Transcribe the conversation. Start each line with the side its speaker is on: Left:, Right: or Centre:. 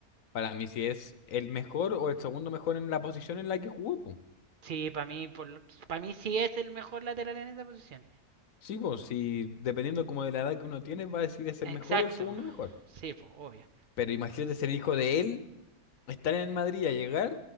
Left: para mí si es el mejor o el segundo mejor en la posición en la que jugó, po.
Right: Sí, para mí, para mí sí es el mejor lateral en esa posición.
Left: Sí, pues si dependiendo como de la edad que uno tiene, va a decir es el
Right: Exacto.
Left: mejor o el segundo mejor.
Right: Sí, pues, obvio.
Left: Pero imagínate ser hijo de él, estar en el Madrid a llegar